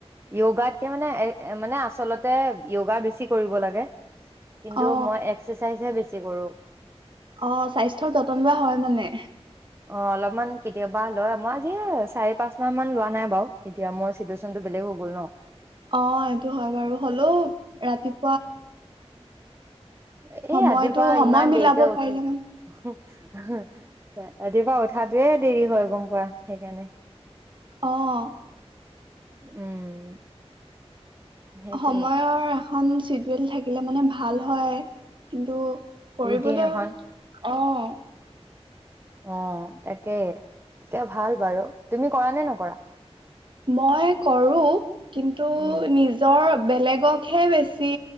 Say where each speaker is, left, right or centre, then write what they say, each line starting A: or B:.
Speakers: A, on the right; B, on the right.
A: যোগাতকে, মানে, এ, মানে, আচলতে যোগা বেছি কৰিব লাগে কিন্তু
B: অ
A: মই এক্সাৰচাইজহে বেছি তে কৰোঁ
B: অ', স্বাস্থ্যৰ যতন লোৱা হয়, মানে
A: অ', অলপমান কেতিয়াবা লয়। মই আজি এই চাৰি-পাঁচ মাহমান লোৱা নাই বাৰু। এতিয়া মোৰ চিটুৱেচনটো বেলেগ হৈ গ'ল ন
B: অ', এইটো হয় বাৰু। হ'লেও ৰাতিপ
A: এ,
B: সময়টো
A: ৰাতিপুৱা
B: সময়
A: ইমান
B: মিলাব
A: দেৰিকৈ
B: পাৰিলে
A: উঠোঁ।
B: মানে
A: এ ৰাতিপুৱা উঠাতোয়েই দেৰি হয়, গম পোৱা। সেইকাৰণে
B: অ'।
A: উম। সেইটোৱে
B: সময়ৰ, এখন চি ডিউল থাকিলে, মানে, ভাল হয়, কিন্তু কৰিবলৈ,
A: ৰুটিন এখন
B: অ'
A: অ তাকেই, তেতিয়া ভাল বাৰু তুমি কৰা নে নকৰা?
B: মই কৰোঁ। কিন্তু
A: উম
B: নিজৰ বেলেগকহে বেছি